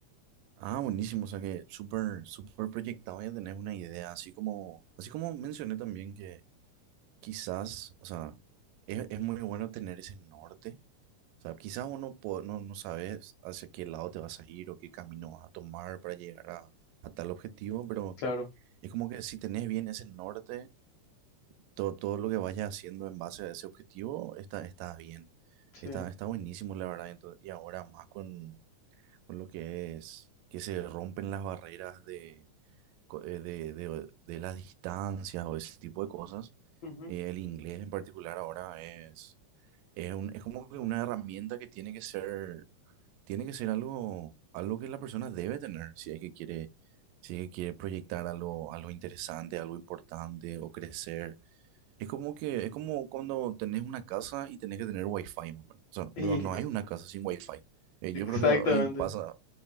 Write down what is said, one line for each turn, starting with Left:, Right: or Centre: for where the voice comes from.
Right: Ah, buenísimo, o sea que súper, súper proyectado ya tenés una idea, así como, así como mencioné también que quizás, o sea, es, es muy bueno tener ese norte, o sea, quizás uno po- no, no sabes hacia qué lado te vas a ir o qué camino vas a tomar para llegar a, a tal objetivo, pero
Left: Claro.
Right: es como que si tenés bien ese norte todo, todo lo que vayas haciendo en base a ese objetivo está, está bien.
Left: Sí.
Right: Está, está buenísimo, la verdad. Ento- y ahora más con, con lo que es que se rompen las barreras de, co- eh, de, de- de las distancias o ese tipo de cosas.
Left: ujú.
Right: eh, el inglés en particular ahora es, es, un- es como que una herramienta que tiene que ser, tiene que ser algo, algo que la persona debe tener si es que quiere, si es que quiere proyectar algo, algo interesante, algo importante o crecer. Es como que, es como cuando tenés una casa y tenés que tener wifi, más o menos. O sea,
Left: Y-
Right: no, no hay una casa sin wifi. Eh,
Left: exactamente.
Right: yo creo que hoy en- pasa,